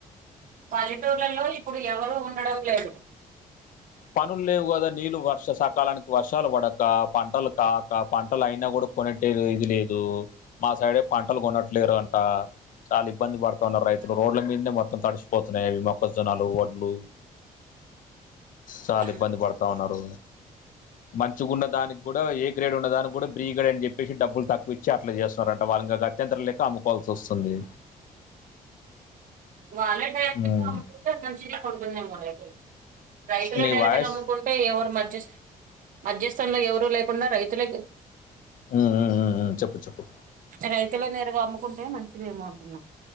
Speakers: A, on the right (about 65°); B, on the left (about 65°).
A: పల్లెటూర్లలో ఇప్పుడు ఎవరు ఉండడం లేదు
B: పనులు లేవు కదా నీళ్ళు వర్ష సకాలానికి వర్షాలు పడక పంటలు కాక పంటలు అయినా కూడా కొనట్టే ఇది లేదు మా సైడే పంటలు కొనట్లేరు అంట చాలా ఇబ్బంది పడుతున్నారు రైతులు
A: ఉమ్.
B: రోడ్ల మీందే మొత్తం తడిసిపోతున్నాయి అవి మొక్కజొన్నలు వడ్లు చాలా
A: ఉమ్.
B: ఇబ్బంది పడతా ఉన్నారు మంచిగా ఉన్న దానికి కూడా ఏ గ్రేడ్ ఉన్న దానికి కూడా బ్రీ గ్రేడ్ అని చెప్పేసి డబ్బులు తక్కువ ఇచ్చి అట్లా చేస్తున్నారంట వాళ్ళ గత్యంతరం లేక అమ్ముకోవాల్సి వస్తుంది
A: వాళ్లే గట్టిగా
B: ఉమ్.
A: అమ్ముకుంటారు మంచీగనే పోతది రేటు రైతులే
B: నీ
A: డైరెక్ట్
B: వాయిస్
A: గా అమ్ముకుంటే ఎవరు మధ్యస్ మధ్యస్థంలో ఎవరు లేకుండా రైతులే
B: ఉ ఊ చెప్పు చెప్పు
A: రైతులే నేరుగా అమ్ముకుంటే మంచిదేమో అంటున్నా